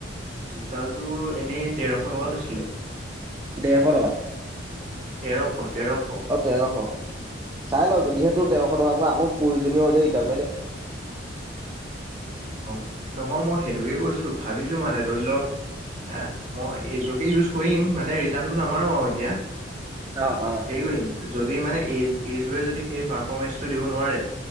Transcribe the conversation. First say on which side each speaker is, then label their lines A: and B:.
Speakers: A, on the right; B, on the right.
A: জোতাযোৰ এনেই তেৰশ টকা লৈছিলে।
B: ডেৰশ টকা
A: তেৰশ তেৰশ।
B: অ', তেৰশ, চাই ল
A: অ
B: যদিহে তোৰ তেৰশ টকাক আকৌ প্ৰয়োজনীয় হৈ যায় ৰিটাৰ্ণ মাৰে
A: অ', নহয় মই সেইটোকে কৈছো ভাবিছো মানে ধৰি ল' এ মই এইযোৰকে ইউজ কৰিম মানে ৰিটাৰ্ণটো নামাৰো আৰু এতিয়া।
B: অ', অ'।
A: হেৰি কৰিম যদি মানে এই এইযোৰে যদি সেই পাৰফমেঞ্চটো দিব নোৱাৰে